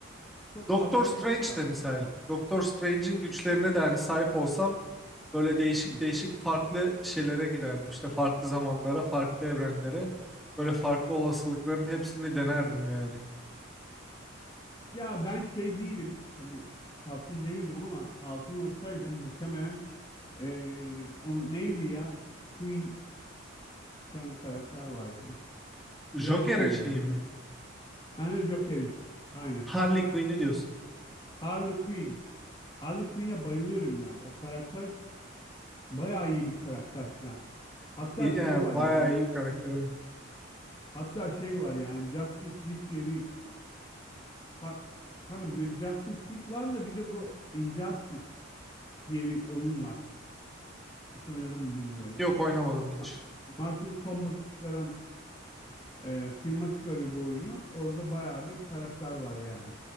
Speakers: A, on the left (about 25°); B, in the centre.
A: çok
B: Doctor
A: fazla
B: Strange
A: şey çıkardı.
B: de misal. Doctor Strange'in güçlerine de hani sahip olsam böyle değişik
A: Hı hı.
B: değişik farklı şeylere giderdim. İşte farklı zamanlara, farklı evrenlere. Böyle farklı olasılıkların hepsini denerdim yani.
A: Ya ben şey değilim. Tabii hatun değilim ama hatun olsaydım muhtemelen ee, o neydi ya? Queen bir tane karakter vardı.
B: Joker'in
A: Hillary Queen
B: şeyi
A: mi
B: mi?
A: ne? Ha Joker'in. Aynen.
B: Harley Quinn'i diyorsun.
A: Harley Quinn. Harley Quinn'e bayılıyorum yani. O karakter bayağı iyi bir karakter filan. Hatta
B: İyi-
A: şey
B: Yani
A: var
B: bayağı
A: yani
B: iyi bir karakter evet.
A: Hatta şey var yani Justice League diye bir par- pardon bir Justice League var da bir de bu Injustice diye bir oyun var. Hiç oynadım mı bilmiyorum.
B: Yok oynamadım hiç.
A: Ma Mortal Kombat'ı çıkaran e, firma çıkarıyor bu oyunu. Orada bayağı bir karakter var yani.